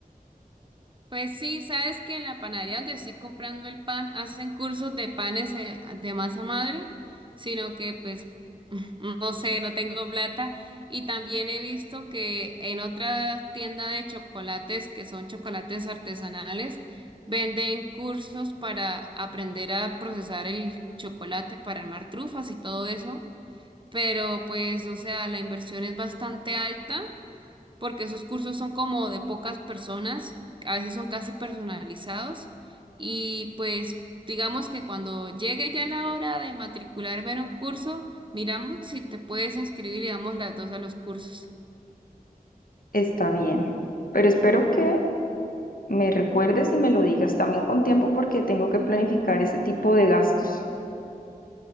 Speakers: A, on the right (about 30°); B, on the left (about 65°).
A: Pues sí, sabes que en la panadería donde estoy comprando el pan hacen cursos de panes eh, de masa madre, sino que pues <laughs> no sé, no tengo plata. Y también he visto que en otra tienda de chocolates, que son chocolates artesanales, venden cursos para aprender a procesar el chocolate para armar trufas y todo eso. Pero pues, o sea, la inversión es bastante alta porque sus cursos son como de pocas personas, a veces son casi personalizados y pues digamos que cuando llegue ya la hora de matricularme en un curso, miramos si te puedes inscribir y damos las dos a los cursos.
B: Está bien. Pero espero que me recuerdes y me lo digas también con tiempo porque tengo que planificar ese tipo de gastos.